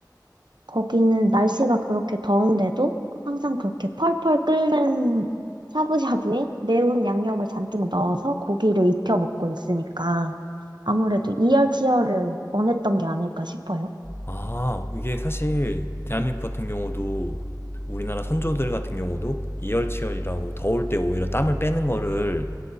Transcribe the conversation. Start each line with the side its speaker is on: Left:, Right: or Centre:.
Right: 거기는 날씨가 그렇게 더운데도 항상 그렇게 펄펄 끓는 샤브샤브에 매운 양념을 잔뜩 넣어서 고기를 익혀 먹고 있으니까 아무래도 이열치열을 원했던 게 아닐까 싶어요.
Left: 아, 이게 사실 대한민국 같은 경우도 우리나라 선조들 같은 경우도 이열치열이라고 더울 때 오히려 땀을 빼는 거를